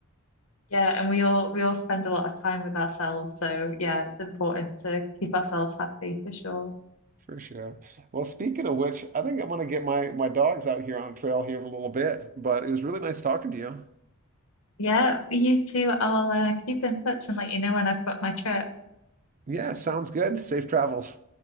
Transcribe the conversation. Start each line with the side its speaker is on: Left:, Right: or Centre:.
Left: Yeah, and we all we all spend a lot of time with ourselves, so yeah, it's important to keep ourselves happy for sure.
Right: for sure. Well, speaking of which, I think I'm gonna get my my dogs out here on trail here in a little bit. But it was really nice talking to you.
Left: Yeah, you two, I'll uh, keep in touch and let you know when I've booked my trip.
Right: Yeah, sounds good. Safe travels.